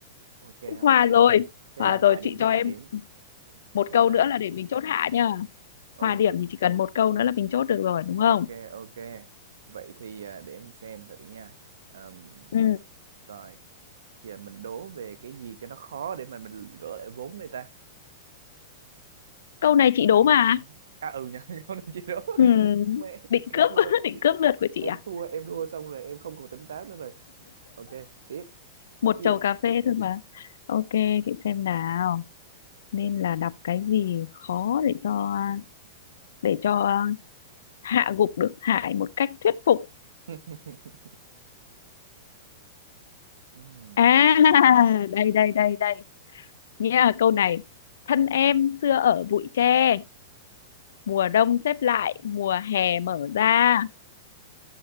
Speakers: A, on the right (about 80°); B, on the left (about 80°).
A: ok
B: hòa
A: ok.
B: rồi
A: Thế
B: hòa
A: là hòa
B: rồi
A: điểm
B: chị
A: hòa
B: cho em
A: điểm.
B: một
A: Thế
B: câu
A: là
B: nữa là để mình chốt hạ nha
A: o-
B: hòa điểm thì chỉ cần một câu nữa là mình chốt được rồi đúng
A: ok
B: không
A: ok. Vậy thì à, để em xem thử nha. Ờm,
B: ừ.
A: coi giờ mình đố về cái gì cho nó khó để mà mình gỡ lại vốn đây ta.
B: câu này
A: Ừm,
B: chị đố mà
A: À ừ nha, <laughs> không nên chi đố.
B: ừ.
A: mẹ
B: định
A: em
B: cướp
A: thua
B: <laughs> định cướp lượt của chị
A: em
B: à
A: thua em thua xong rồi em không còn tỉnh táo nữa rồi ok tiếp tiếp
B: một
A: chiêu
B: chầu cà phê thôi mà ok chị xem nào nên là đọc cái gì khó để cho để cho hạ gục được Hải một cách thuyết phục
A: <laughs> Ừm,
B: à <laughs> đây đây đây đây nha câu này thân em xưa ở bụi tre mùa đông xếp lại mùa hè mở ra